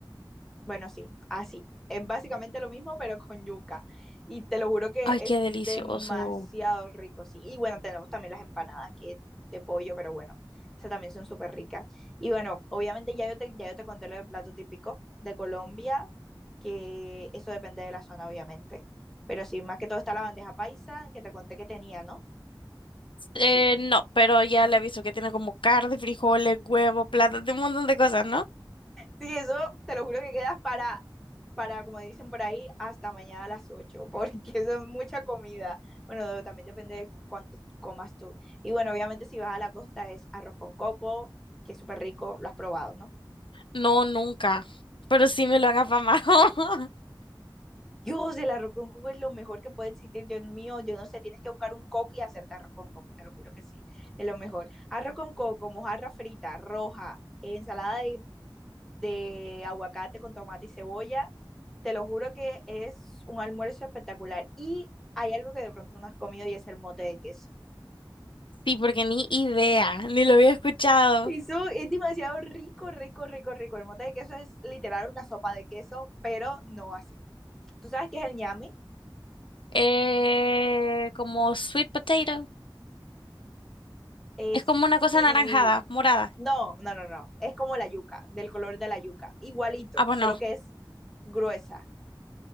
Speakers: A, in the centre; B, on the left.
A: Bueno, sí, así. Es básicamente lo mismo, pero con yuca. Y te lo juro que
B: Ay,
A: es
B: qué delicioso.
A: demasiado rico, sí. Y bueno, tenemos también las empanadas que de pollo, pero bueno, esas también son súper ricas. Y bueno, obviamente ya yo te, ya yo te conté lo del plato típico de Colombia, que eso depende de la zona, obviamente. Pero sí, más que todo está la bandeja paisa, que te conté que tenía, ¿no?
B: Eh,
A: Sí.
B: no, pero ya le aviso que tiene como carne, frijoles, huevo, plátano, un montón de cosas, ¿no?
A: Sí, eso te lo juro que quedas para, para, como dicen por ahí, hasta mañana a las 8 porque <laughs> eso es mucha comida. Bueno, también depende de cuánto comas tú. Y bueno, obviamente si vas a la costa es arroz con coco, que es súper rico, lo has probado, ¿no?
B: No, nunca. Pero sí me lo han afamado. <laughs>
A: Dios, el arroz con coco es lo mejor que puede existir, Dios mío, yo no sé, tienes que buscar un coco y hacerte arroz con coco, te lo juro que sí, es lo mejor. Arroz con coco, mojarra frita, roja, ensalada de de aguacate con tomate y cebolla. Te lo juro que es un almuerzo espectacular. Y hay algo que de pronto no has comido y es el mote de queso.
B: Sí, porque ni idea, ni lo había escuchado.
A: Eso es demasiado rico, rico, rico, rico. El mote de queso es literal una sopa de queso, pero no así. ¿Tú sabes qué es el ñame?
B: Eh, como sweet potato.
A: Es
B: Es como una cosa
A: sí.
B: anaranjada, morada.
A: No, no, no, no. Es como la yuca, del color de la yuca. Igualito,
B: Ah, pues
A: solo
B: no.
A: que es gruesa.